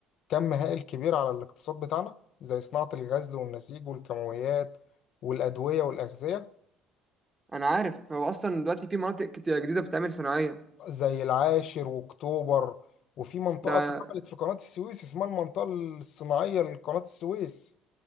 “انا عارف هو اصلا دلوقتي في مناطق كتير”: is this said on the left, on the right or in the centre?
Right